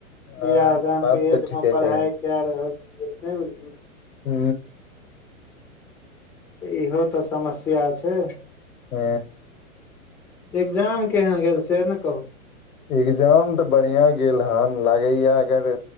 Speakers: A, on the left (about 85°); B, in the centre.
A: हँ
B: बियाह दान
A: बात
B: के
A: तऽ
B: एज
A: ठीके
B: मे पढ़ाइ
A: कहै छी
B: क रहल छियै नहि बुझलियै
A: हू
B: इहो तऽ समस्या छै
A: ह
B: एग्जाम केहन गेल से ने कहू
A: एग्जाम तऽ बढ़िया गेल हन लागैया अगर